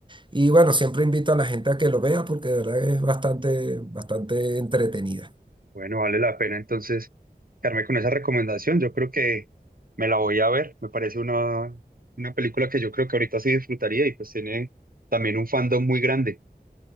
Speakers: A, on the right; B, on the right.
A: Y bueno, siempre invito a la gente a que lo vea porque de verdad es bastante, bastante entretenida.
B: Bueno, vale la pena entonces quedarme con esa recomendación, yo creo que me la voy a ver, me parece una, una película que yo creo que ahorita sí disfrutaría y pues tiene también un fandom muy grande